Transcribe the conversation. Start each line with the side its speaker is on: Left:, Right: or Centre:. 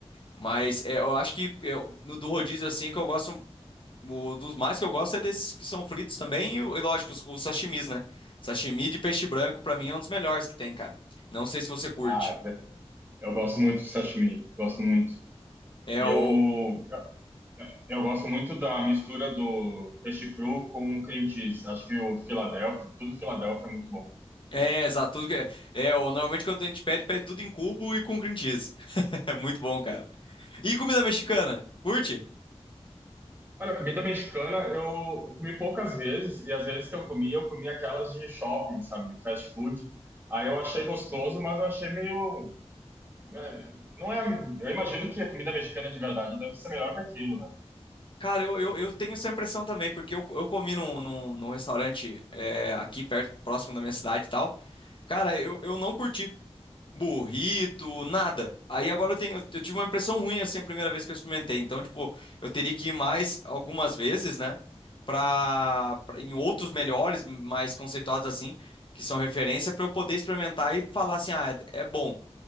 Left: Mas é, eu acho que eu- no do rodízio, assim, que eu gosto, o, dos mais que eu gosto é desses que são fritos também, e, o- e lógico, os, os sashimis, né? Sashimi de peixe branco, pra mim, é um dos melhores que tem, cara. Não sei se você curte.
Right: Ah, eu gosto muito de sashimi, gosto muito.
Left: É
Right: E
Left: o.
Right: eu Eu gosto muito da mistura do peixe cru com cream cheese. Acho que o Philadelphia, tudo Philadelphia é muito bom.
Left: É, exato. Tudo que é, é, o- normalmente quando a gente pede, pede tudo em cubo e com cream cheese. <laughs> É muito bom, cara. E comida mexicana? Curte?
Right: Olha, comida mexicana eu comi poucas vezes, e as vezes que eu comi, eu comi aquelas de shopping, sabe? de Fast food. Aí eu achei gostoso, mas eu achei meio. é, não é. Eu imagino que a comida mexicana de verdade deve ser melhor que aquilo, né?
Left: Cara, eu, eu, eu tenho essa impressão também, porque eu, eu comi num, num, num restaurante é, aqui perto, próximo da minha cidade e tal. Cara, eu, eu não curti. burrito, nada. Aí agora eu tenho, eu tive uma impressão ruim assim a primeira vez que eu experimentei. Então, tipo, eu teria que ir mais algumas vezes, né? Pra, pra- em outros melhores, mais conceituados assim, que são referência, pra eu poder experimentar e falar assim, ah, é, é bom.